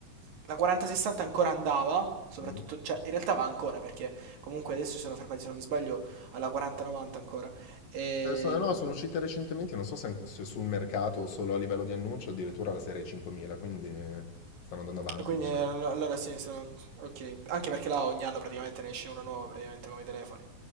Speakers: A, on the right; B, on the left.
A: La 4060 ancora andava, soprattutto,
B: Mm.
A: cioè in realtà va ancora perché comunque adesso si sono fermati, se non mi sbaglio, alla 4090 ancora. E
B: Eh, so- no, sono uscite recentemente, non so se, se sul mercato o solo a livello di annuncio, addirittura la serie 5000, quindi eh, stanno andando avanti,
A: Ah, Quindi
B: diciamo.
A: eh, allo- allora sì, sono- ok. Anche perché là ogni anno praticamente ne esce una nuova, praticamente come i telefoni.